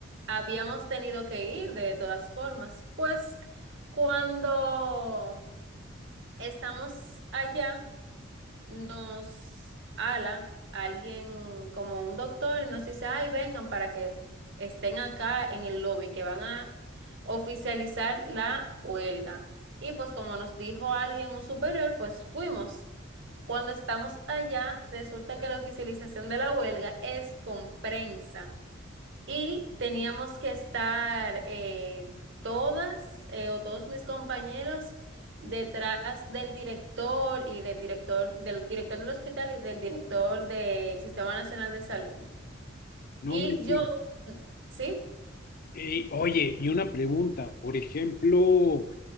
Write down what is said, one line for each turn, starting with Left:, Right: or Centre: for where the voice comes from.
Right: habíamos tenido que ir de todas formas. Pues cuando estamos allá nos ala alguien como un doctor y nos dice, ay, vengan para que estén acá en el lobby, que van a oficializar la huelga. Y pues como nos dijo alguien, un superior, pues fuimos. Cuando estamos allá, resulta que la oficialización de la huelga es con prensa. Y teníamos que estar eh, todas eh, o todos mis compañeros detrás del director y del director, del director del hospital y del director del Sistema Nacional de Salud.
Left: No
Right: Y
Left: me digas.
Right: yo, mm, ¿sí?
Left: Eh, oye, y una pregunta, por ejemplo,